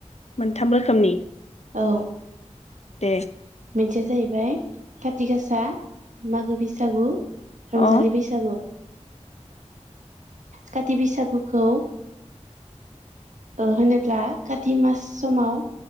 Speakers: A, on the left; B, on the right.
A: मोनथाम रोखोमनि
B: औ
A: दे
B: मोनसेया जाहैबाय खाति गासा मागो बैसागु रंजालि
A: अ
B: बैसागु काति बैसागुखौ ओ होनोब्ला काति मास समाव